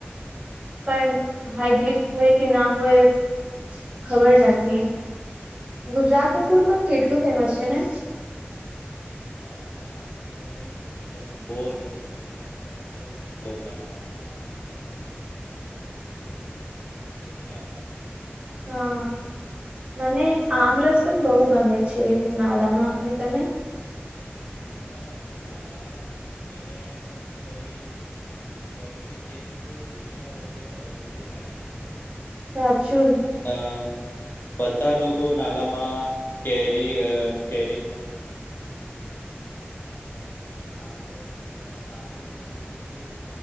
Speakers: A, on the right; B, on the left.
A: પણ હાઈજીન હોય કે ના હોય ખબર નથી. ગુજરાત ન ફૂડ પણ કેટલું ફેમસ છે ને <unintelligible>
B: હા
A: <inaudible>
B: આ વાત તો તને બહુ સરસ બોલ્યા ખાસ કરીને કોકા ફાફડા અને
A: <unintelligible>
B: અ
A: <inaudible>
B: થેપલા
A: હા મને આમરસ પણ બહુ ગમે છે ઉનાળામાં અને તમે
B: હા ઉનાળા એને કેરી બંને એકબીજા વગેર અધૂરે લાગે છે.
A: સાચું
B: અ બધા લોકો નાલા માં કે દી અ કેરી
A: <inaudible>
B: અ આમરસ પીતા હતા આમરસ પૂરી